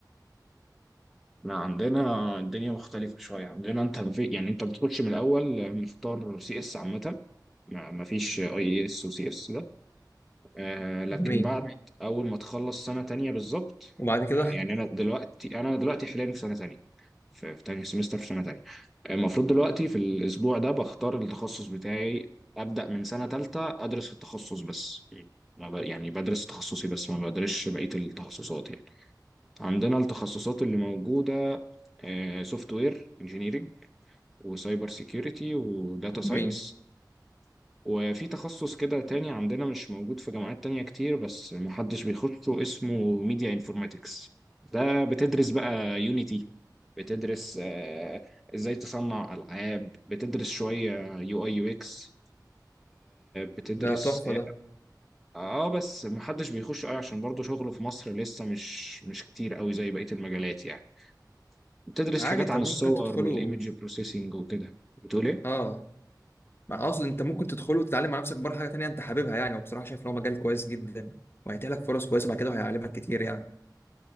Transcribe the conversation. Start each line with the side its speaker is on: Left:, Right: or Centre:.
Centre: احنا عندنا الدنيا مختلفة شوية عندنا انت في يعني انت بتخش من الاول مختار سي اس عامة ما ما فيش اي اس وسي اس ده آه لكن
Left: جميل
Centre: بعد اول ما تخلص سنة تانية بالظبط
Left: وبعد كده
Centre: آه يعني انا دلوقتي انا دلوقتي حاليا في سنة تانية في, في تاني سمستر في سنة تانية آه، المفروض دلوقتي في الاسبوع ده بختار التخصص بتاعي ابدأ من سنة تالتة ادرس في التخصص بس ما ب... يعني بدرس تخصصي بس ما بدرسش بقية التخصصات يعني عندنا التخصصات اللي موجودة سوفت وير انجينيرنج وسايبر سيكيورتي وداتا ساينس
Left: جميل
Centre: وفي تخصص كده تاني عندنا مش موجود في جامعات تانية كتير بس محدش بيخشه اسمه ميديا انفورماتكس ده بتدرس بقى يونيتي بتدرس آه، ازاي تصنع ألعاب بتدرس شوية يو اي يو اكس بتدرس
Left: ده تحفه
Centre: اه
Left: ده
Centre: آه، بس محدش بيخش قوي عشان برضه شغله في مصر لسه مش مش كتير قوي زي بقية المجالات يعني بتدرس
Left: عادي
Centre: حاجات
Left: انت
Centre: عن
Left: ممكن
Centre: الصور
Left: تدخله
Centre: والايمج بروسيسنج وكده بتقول ايه
Left: اه ما اقصد انت ممكن تدخله وتتعلم على نفسك بره حاجه تانية انت حاببها يعني وبصراحه شايف ان هو مجال كويس جدا وهيتيح لك فرص كويسه بعد كده وهيعلمك كتير يعني